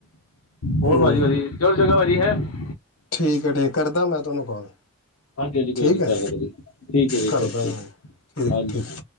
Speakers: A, on the left; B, on the left.
A: ਹੋਰ
B: ਹੂੰ
A: ਭਾਜੀ ਵਧੀਆ, ਚਲੋ ਚੰਗਾ ਭਾਜੀ ਹੈਂ।
B: ਠੀਕ ਹੈ ਠੀਕ। ਕਰਦਾ ਮੈਂ ਤੁਆਨੂੰ ਕੋਲ।
A: ਹਾਂਜੀ ਹਾਂਜੀ ਕੋਈ
B: ਠੀਕ
A: ਨਹੀਂ
B: ਐ,
A: ਕਰਦਾ ਕਰੀ ਠੀਕ ਹੈ ਜੀ
B: ਕਰਦਾ
A: ਕਰਦੇ
B: ਮੈਂ। ਠੀਕ,
A: ਹਾਂਜੀ
B: ਠੀਕ।